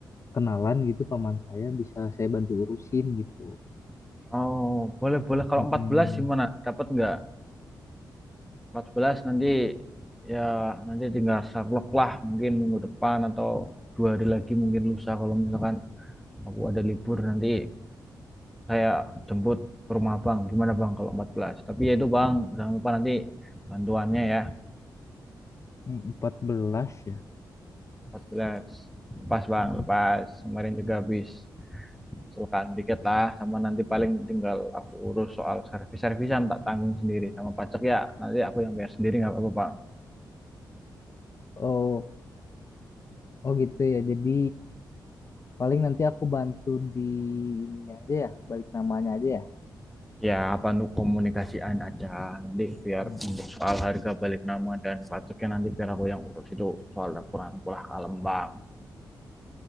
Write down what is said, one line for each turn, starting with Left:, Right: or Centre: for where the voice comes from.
Left: kenalan gitu paman saya bisa saya bantu urusin gitu.
Centre: Oh, boleh boleh. Kalau
Left: Mm-mm.
Centre: 14 gimana? Dapat nggak? 14 nanti ya nanti tinggal Sherlock lah mungkin minggu depan atau dua hari lagi mungkin lusa kalau misalkan aku ada libur nanti saya jemput ke rumah Bang. Gimana Bang kalau 14? Tapi ya itu Bang, jangan lupa nanti bantuannya ya
Left: Mm, 14 ya.
Centre: 14. Lepas Bang,
Left: Mm.
Centre: lepas. Kemarin juga habis. usulkan dikit lah sama nanti paling tinggal aku urus soal servis-servisan tak tanggung sendiri sama pajak ya nanti aku yang bayar sendiri nggak apa-apa bang
Left: Oh, oh gitu ya. Jadi paling nanti aku bantu di ininya aja ya, balik namanya aja ya.
Centre: ya apa nu komunikasiin aja nanti biar
Left: Mm.
Centre: untuk soal harga balik nama dan pajaknya nanti biar aku yang urus itu soal laporan pulah kalem bang